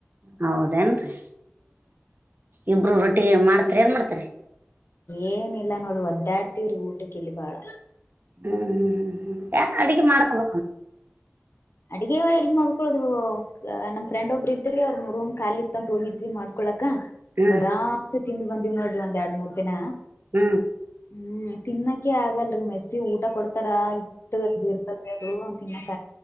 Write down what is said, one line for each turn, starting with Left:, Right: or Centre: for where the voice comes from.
Right: ಹೌದೇನ್ರಿ ಇಬ್ರು ರೊಟ್ಟಿ ಮಾಡ್ತರಿ ಏನ್ ಮಾಡ್ತರಿ
Left: ಏನಿಲ್ಲ ನೋಡ್ರಿ ಒದ್ದಾಡ್ತವ್ರಿ ಊಟಕ್ಕಿಲ್ಲಿ ಬಾಳ
Right: ಹೂ ಹೂ ಹೂ ಹೂ ಯ ಅಡ್ಗೆ ಮಾಡ್ಕೊಬ
Left: ಅಡಗೆ ಎಲ್ ಮಾಡ್ಕೊಳ್ ನಮ್ಮ ಫ್ರೆಂಡ್ ಒಬ್ರು ಇದ್ರ ಅವ್ರು ರೂಮ್ ಖಾಲಿ ಇತ್ತಂತ ಹೋಗಿದ್ವಿ ಮಾಡ್ಕೊಳಕ
Right: ಹ್ಮ್
Left: ಆರಾಮ ತಿಿಂದ್ ಬಂದಿವ್ ನೋಡ್ರಿ ಒಂದ ಎಡು ಮೂರ್ ದಿನ
Right: ಹೂ
Left: ಹೂ ತಿನ್ನಕ್ಕೆೆ ಆಗಲ್ರರಿ ಮೆಸ್ಸಿ ಊಟ ಕೊಡ್ ತರ ಇಟ್ಟು ಇದು ಇರ್ತದೆ ಅದು ತಿನ್ನಕ್ಕ